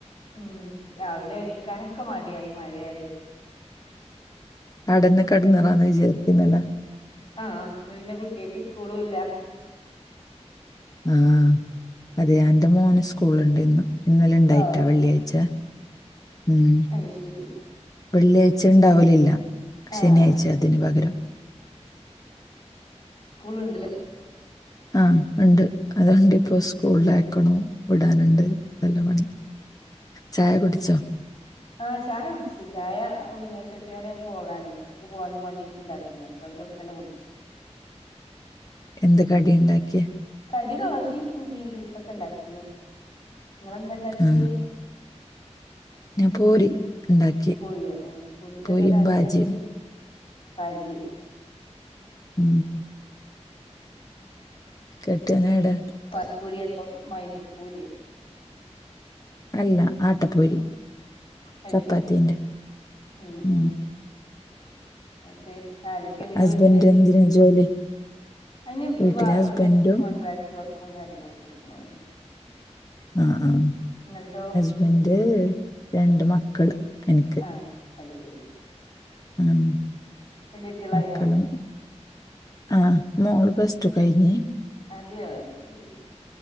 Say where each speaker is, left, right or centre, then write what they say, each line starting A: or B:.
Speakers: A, on the left; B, on the left.
A: ഉം രാവിലെ എണീക്കാനൊക്കെ മടിയായി മഴയാല്
B: അടന്നെ കെട്ന്നാരാന്ന് വിചാരിക്കുന്നല്ല
A: ആഹ് ആഹ് ഇന്ന് പിന്നെ കുട്ട്യാക്ക് സ്കൂളു ഇല്ല
B: ആഹ് അതെ എന്റെ മോന് സ്കൂളുണ്ട് ഇന്ന് ഇന്നലെ ഉണ്ടായിറ്റാ
A: ട്ടോ
B: വെള്ളിയാഴ്ച ഉം.
A: അയ് ശരി
B: വെള്ളിയാഴ്ച ഉണ്ടാവലില്ല
A: ആഹ്
B: ശനിയാഴ്ച അതിന് പകരം
A: സ്കൂൾ ഉണ്ട്‌ലെ
B: ആഹ് ഉണ്ട്. അതുകൊണ്ട് ഇപ്പോ സ്കൂളിലയക്ക്ണം വിടാനുണ്ട് നല്ല പണി ചായ കുടിച്ചോ?
A: ആഹ് ചായ കുടിച്ചു ചായ പിന്നെ കെട്ടിയോന് പോകാനേ. അവൾക്ക്പോവാനും വേണ്ടീട്ട്ണ്ടാക്കിനേ അപ്പോ അതിന്റെ ഒപ്പം തന്നെ കുടിച്ച്
B: എന്ത് കടി ഉണ്ടാക്കിയേ
A: കടി ദോശയും ഗ്രീൻ പീസ് ഒക്കെ ഉണ്ടാക്കീന് നിങ്ങളെന്താ ഇണ്ടാക്കി
B: ആ ഞാൻ പൂരി ഉണ്ടാക്കി
A: പൂരിയോ ആ പൂരിക്ക്
B: പൂരിയും
A: എന്തകറി
B: ബാജിയും
A: ഉണ്ടാക്കി ബാജി
B: ഉ കെട്ടിയനടാ
A: പ പൂരിയ തോ മൈത പൂരിയോ
B: അല്ല ആട്ടപ്പൂരി
A: അത്
B: ചപ്പാത്തിന്റെ
A: ശരി ഉം
B: ഉ
A: ഉം എന്നിട്ട് ആരൊക്കെയുണ്ട്
B: ഹസ്ബൻന്റ്
A: വീട്ടില്
B: എന്തിന ജോലി
A: അതിന്
B: വീട്ടിലെ
A: ഈ വാർപ്പിന്റെ
B: ഹസ്ബൻഡും
A: കോൺട്രാക്ട് വർക്കും കാര്യങ്ങളൊക്കെ എടുക്കണ പണിയ
B: ആഹ് ആഹ്
A: നിങ്ങൾതോ
B: അവന്റെ രണ്ട് മക്കള് എനിക്ക്
A: ആഹ് അഐ ശെരി
B: ആം
A: വല്യ കുട്ടികളായിനോ
B: മക്കളും ആഹ് മോള് പ്ലസ്റ്റു കഴിഞ്ഞ്
A: അതെയോ അത് ശരി